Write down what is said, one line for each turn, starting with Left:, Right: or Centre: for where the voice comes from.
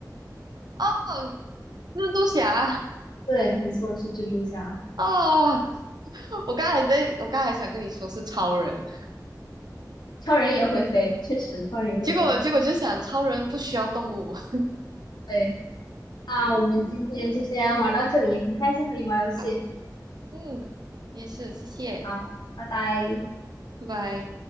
Right: 哦，蜘蛛侠。
Left: 对，没错，是蜘蛛侠。
Right: 哦，我刚才在，我刚才想跟你说是超人，
Left: 超人也会飞，确实，超人也会飞。
Right: 结果结果就想超人不需要动物。<laughs>
Left: 对，那我们今天就先玩到这里，很开心和你玩游戏。
Right: 好，嗯，你也是，谢谢，
Left: 好，拜拜。
Right: 拜拜。